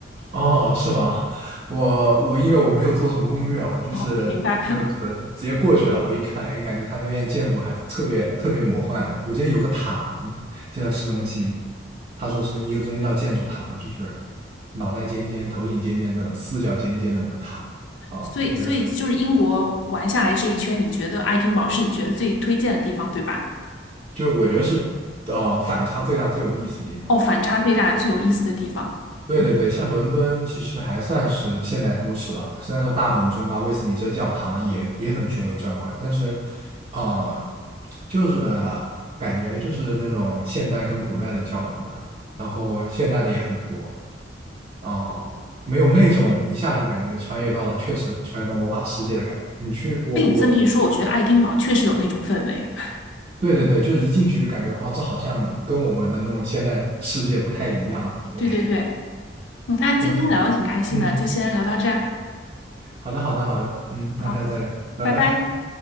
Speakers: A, on the right; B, on the left.
A: 哦，是吗？我我因为我没有做什么攻略啊，我就是就纯直接过去了。
B: 哦，明白。<laughs>
A: 我一看，哎，感觉他那边建筑还是特别特别魔幻的。我记得有个塔就在市中心，他说是一个宗教建筑塔嘛，就是脑袋尖尖、头顶尖尖的、四角尖尖的那个塔啊，
B: 所以所以就是英国玩下来这一圈，
A: 我觉得
B: 你觉得爱丁堡是你觉得最推荐的地方，对吧？
A: 就是我觉得是呃反差最大、最有意思的地方。
B: 哦，反差最大、最有意思的地方。
A: 对对对，
B: 嗯，
A: 像伦敦其实还算是现代都市了，虽然说大本钟啊、威斯敏斯特教堂啊也也很雄伟壮观，但是，啊，就是感觉就是那种现代跟古代的交融吧，然后现代的也很多，哦、没有那种一下就感觉穿越到了，确实穿越到魔法世界的感觉。你去，我我，
B: 被你这么一说，我觉得爱丁堡确实有那种氛围。<laughs>
A: 对对对，就是一进去就感觉啊、这好像跟我们的那种现代世界不太一样，对，
B: 对对对，
A: <laughs>
B: 嗯，那今天聊的挺开心的，
A: 就是那种嗯。
B: 就先聊到这儿。
A: 好的，好的，好的，嗯，
B: 好，
A: 那下次再聊，拜拜。
B: 拜拜。